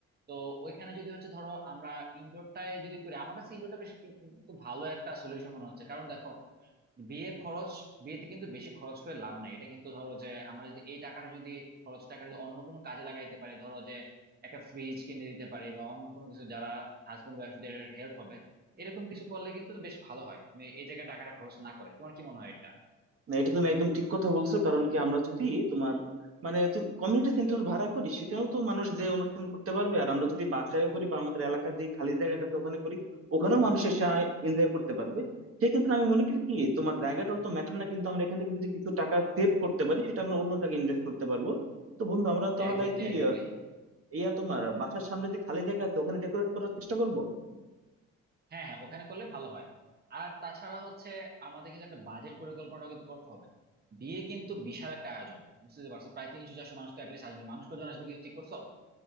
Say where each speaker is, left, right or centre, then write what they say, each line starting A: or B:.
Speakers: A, on the right; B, on the right.
A: তো ওইখানে যদি হচ্ছে ধরো আমরা ইনডোরটায় যদি করি আমার কাছে ইনডোরটা বেশ কিন্তু ভালো একটা সলিউশন মনে হচ্ছে কারণ দেখো বিয়ের খরচ বিয়েতে কিন্তু বেশি খরচ করে লাভ নাই এটা কিন্তু ধরো যে আমরা যদি এই টাকাটা যদি খরচ টাকা যদি অন্য কোনো কাজে লাগাইতে পারি ধরো যে একটা ফ্রিজ কিনে দিতে পারি বা অন্য কোনো কিছু যারা হাজবেন্ড ওয়াইফদের হেল্প হবে এরকম কিছু করলে কিন্তু বেশ ভালো হয় তুমি এই জায়গায় টাকাটা খরচ না করে তোমার কি মনে হয় এটা
B: না এটা তুমি একদম ঠিক কথা বলছো কারণ কি আমরা যদি তোমার মানে কমিউনিটি সেন্টার ভাড়া করি সেখানেও তো মানুষ যে অনুষ্ঠান করতে পারবে আর আমরা যদি বাসায়ও করি বা আমাদের এলাকার যে খালি জায়গাটা আছে ওখানে করি ওখানেও মানুষ এসে এনজয় করতে পারবে সেক্ষেত্রে আমি মনে করি কি তোমার জায়গাটা তো ম্যাটার না কিন্তু আমরা এখান থেকে যদি কিছু টাকা সেভ করতে পারি সেটা আমরা অন্য জায়গায় ইনভেস্ট করতে পারবো তো বন্ধু আমরা তাহলে
A: Exactly
B: কি
A: exactly
B: আহ, ইয়া তোমার বাসার সামনে যে খালি জায়গা আছে ওখানে ডেকোরেট করার চেষ্টা করব
A: হ্যাঁ হ্যাঁ ওখানে করলে ভালো হয় আর তাছাড়া হচ্ছে আমাদের কিন্তু একটা বাজেট পরিকল্পনাটা কিন্তু করতে হবে বিয়ে কিন্তু বিশাল একটা আয়োজন বুঝতে পারছো প্রায় তিনশো চারশো মানুষ তো অ্যাটলিস্ট আসবে মানুষ কজন আসবে কিছু ঠিক করছো